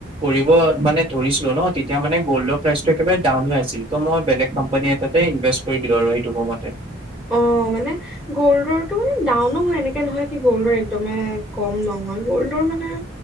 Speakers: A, on the right; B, in the centre.
A: কৰিব মানে ধৰিছিলোঁ ন তেতিয়া মানে গল্ডৰ প্ৰাইজটো একেবাৰে ডাউন হৈ আছিল ত' মই বেলেগ কোম্পানীয়ে এটাতে ইনভেষ্ট কৰি দিলো আৰু সেইটো সময়তে
B: অহ মানে গ'ল্ডৰটো মানে ডাউনো হয় এনেকে নহয় যে গ'ল্ডৰ একদমে কম নহয় গ'ল্ডৰ মানে